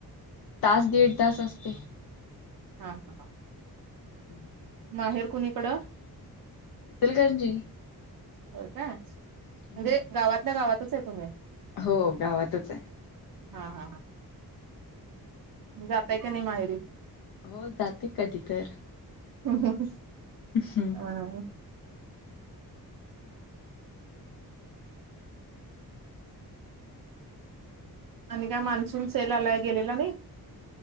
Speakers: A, on the left (about 70°); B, on the right (about 65°).
A: तास दीड तास असते.
B: हा हा
A: हम्
B: माहेर कोणीकडं?
A: इचलकरंजी?
B: होय का म्हणजे
A: हम्म.
B: गावातल्या गावातच हाय तुम्ही?
A: हो गावातचय
B: हा हा हा जाताय का नाय माहेरी?
A: हो जाते कधी तर
B: हं हं
A: हम्म.
B: आ अ आणि काय मान्सून सेल आलाय गेलेला नायी?